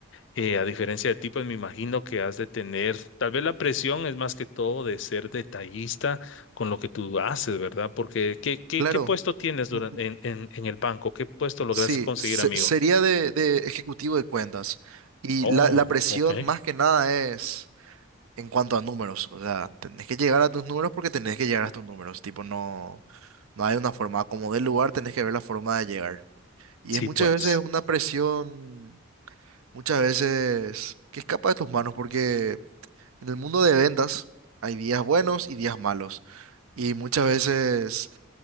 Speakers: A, on the left; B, on the right.
A: eh, a diferencia de ti, pues me imagino que has de tener, tal vez la presión es más que todo de ser detallista con lo que tú haces, ¿verdad? Porque, ¿qué, qué,
B: Claro.
A: qué puesto tienes durante,
B: m-
A: en, en, en el banco? ¿Qué puesto lograste
B: Sí,
A: conseguir,
B: se-
A: amigo?
B: sería de, de ejecutivo de cuentas. Y
A: Oh,
B: la, la presión
A: ok.
B: más que nada es en cuanto a números. O sea, tenés que llegar a tus números porque tenés que llegar a tus números. Tipo, no, no hay una forma. Como del lugar, tenés que ver la forma de llegar. Y
A: Sí,
B: es muchas
A: pues,
B: veces una presión, muchas veces que escapa de tus manos porque en el mundo de ventas hay días buenos y días malos. Y muchas veces